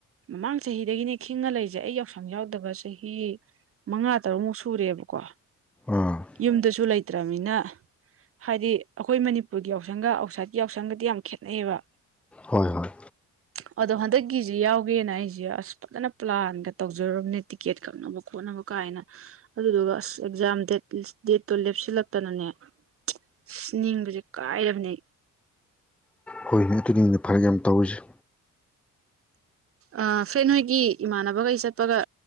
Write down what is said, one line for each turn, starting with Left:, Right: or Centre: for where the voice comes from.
Right: ꯃꯃꯥꯡ ꯆꯍꯤꯗꯒꯤꯅꯤ ꯈꯤꯡꯉ ꯂꯩꯖꯦ ꯑꯩ ꯌꯥꯎꯁꯪ ꯌꯥꯎꯗꯕ ꯆꯍꯤ ꯃꯉꯥ ꯇꯔꯨꯛꯃꯨꯛ ꯁꯨꯔꯦꯕꯀꯣ
Centre: ꯑꯥ
Right: ꯌꯨꯝꯗꯁꯨ ꯂꯩ ꯂꯩꯠꯇ꯭ꯔꯕꯅꯤꯅ ꯍꯥꯏꯗꯤ ꯑꯈꯣꯏ ꯃꯅꯤꯄꯨꯔꯒꯤ ꯌꯥꯎꯁꯪꯒ ꯑꯥꯎꯠꯁꯥꯏꯠꯀꯤ ꯌꯥꯎꯁꯪꯒꯗꯤ ꯌꯥꯝ ꯈꯦꯠꯅꯩꯌꯦꯕ
Centre: ꯍꯣꯏ ꯍꯣꯏ
Right: ꯑꯗꯣ ꯍꯟꯗꯛ ꯒꯤꯁꯦ ꯌꯥꯎꯒꯦꯅ ꯑꯩꯁꯦ ꯑꯁ ꯐꯖꯅ ꯄ꯭ꯂꯥꯟꯒ ꯇꯧꯖꯔꯨꯔꯕꯅꯦ ꯇꯤꯛꯀꯦꯠ ꯀꯛꯅꯕ ꯈꯣꯠꯅꯕ ꯀꯥꯏꯅ ꯑꯗꯨꯗꯨꯒ ꯑꯁ ꯑꯦꯛꯧꯖꯥꯝ ꯗꯦꯠ ꯗꯦꯠꯇꯣ ꯂꯦꯞꯁꯤꯜꯂꯛꯇꯅꯅꯦ ꯑꯁ ꯅꯤꯡꯕꯁꯦ ꯀꯥꯏꯔꯕꯅꯦ
Centre: ꯍꯣꯏꯅꯦ ꯑꯗꯨꯅꯤꯅꯦ ꯐꯔꯛ ꯌꯥꯝ ꯇꯧꯔꯤꯁꯦ
Right: ꯑ ꯐ꯭ꯔꯦꯟ ꯅꯣꯏꯒꯤ ꯏꯃꯥꯅꯕꯈꯩ ꯆꯠꯄꯒ